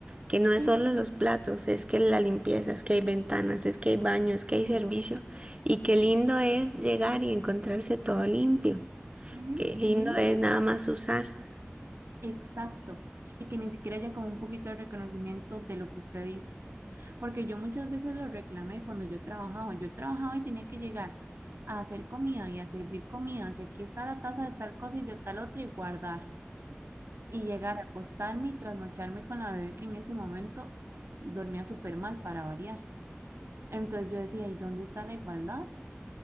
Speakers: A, on the right; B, on the right.
A: que no es
B: sí,
A: solo
B: sí,
A: los platos, es que la limpieza, es que hay ventanas, es que hay baños, es que hay servicio,
B: es-
A: y qué lindo es llegar y encontrarse todo limpio,
B: sí,
A: qué lindo
B: sí,
A: es nada más usar.
B: exacto. Y que ni siquiera haya como un poquito de reconocimiento de lo que usted hizo. Porque yo muchas veces lo reclamé cuando yo trabajaba. Yo trabajaba y tenía que llegar a hacer comida y a servir comida. Si aquí está la taza de tal cosa y de tal otra y guardar. Y llegar a acostarme y trasnocharme con la bebé que en ese momento dormía súper mal para variar. Entonces yo decía, ¿y dónde está la igualdad?